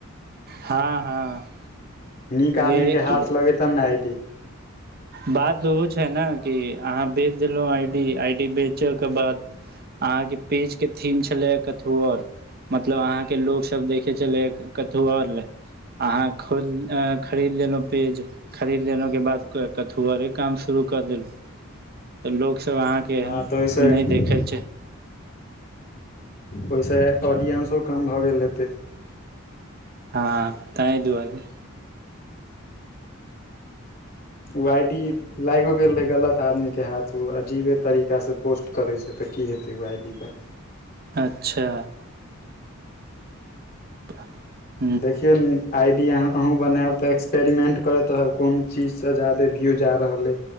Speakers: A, on the right (about 45°); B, on the left (about 45°).
A: हँ हँ
B: नीक
A: ये
B: आदमी के हाथ लगेतब ने आइ डी
A: बात ओहो छै ने कि अहाँ बेच देलहुँ आई डी आई डी बेचयके बाद अहाँ के पेज के थीम छले कथु आर मतलब अहााँके लोकग सब देखे छलै कथु आर ले अहाँ खोल खरीद लेलहुँ पेज खरीद लेलहुं के बाद क कथुआरे काम शुरू क देलहु त लोक सब अहां के
B: हँ
A: नहि
B: तऽ ओहिसँ
A: देखै छै
B: ओहिसँ ऑडियंसो कम भऽ गेल हेतै
A: हँ ताहि दुआरे
B: उ आइ डी लाइगो गेल रहै गलत आदमीके हाथ उ अजीबे तरीकासँ पोस्ट करै छै तऽ की हेतै ओ आई डी पर
A: अच्छा <unintelligible>
B: देखियौन आइडिया अहूँ बनायब तऽ एक्सपेरिमेंट करैत रहब कोन चीज से ज्यादे व्यू जा रहले